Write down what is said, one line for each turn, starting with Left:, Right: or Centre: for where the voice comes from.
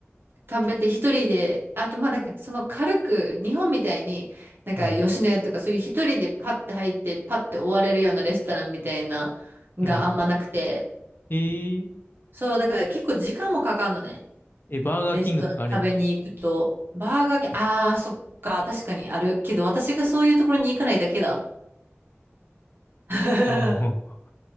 Right: 食べて一人で、あとまあなんかその軽く、日本みたいに、なんか吉野家とかそういう一人でパッて入って、
Left: うん。
Right: パッて終われるようなレストランみたいなのがあんまなくて、
Left: うん。えー、
Right: そう、だから結構時間もかかんのね。
Left: え、バーガーキングとかあるやん。
Right: レストラン食べに行くと、バーガー系、ああ、そっか、確かにあるけど、私がそういうところに行かないだけだ。<laughs>
Left: おお。